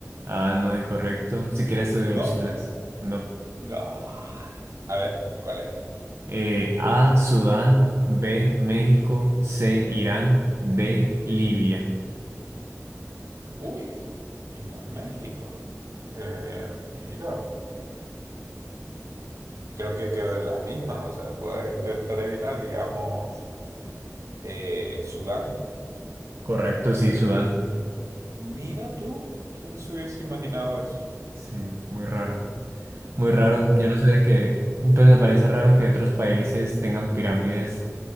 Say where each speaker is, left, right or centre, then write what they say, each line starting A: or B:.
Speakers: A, on the right; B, on the right.
A: Ah, no, incorrecto. Si quieres, estudiar
B: No.
A: opciones. No.
B: No. A ver, ¿cuáles eran?
A: Eh, A, Sudán. B, México. C, Irán. D, Libia.
B: Uy, y no es México. Eh, mira, creo que quedó en las mismas. O sea, voy a intentar adivinar, digamos, eh, Sudán.
A: Correcto, sí, Sudán.
B: Mira tú, ¿quién se hubiese imaginado eso?
A: Sí, muy raro. Muy raro.
B: Bueno.
A: Yo no sabía que... Pues me parece raro que otros países tengan pirámides